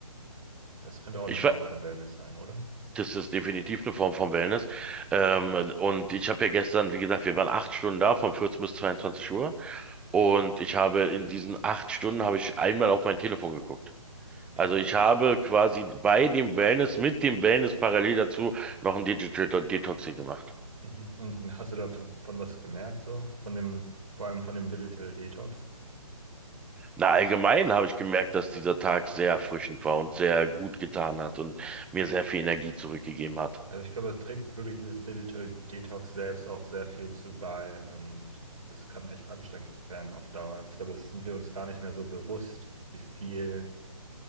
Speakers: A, on the right (about 60°); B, in the centre.
A: Das könnte auch eine
B: Ich,
A: Form
B: we-
A: von Wellness sein, oder?
B: das ist definitiv eine Form von Wellness. Ähm, und ich habe ja gestern, wie gesagt, wir waren acht Stunden da, von 14 bis 22 Uhr. Und ich habe in diesen acht Stunden habe ich einmal auf mein Telefon geguckt.
A: Richtig
B: Also ich
A: gut.
B: habe quasi bei dem Wellness, mit dem Wellness parallel dazu noch ein Digital Detoxing gemacht.
A: Mhm. Und hast du davon was gemerkt, so? Von dem, vor allem von dem Digital Detox?
B: Na, allgemein habe ich gemerkt, dass dieser Tag sehr erfrischend war und sehr gut getan hat und mir sehr viel Energie zurückgegeben hat.
A: Also ich glaube, es trägt wirklich dieses Digital Detox selbst auch sehr viel zu bei und es kann echt anstrengend werden auf Dauer. Und ich glaube, das sind wir uns gar nicht mehr so bewusst, wie viel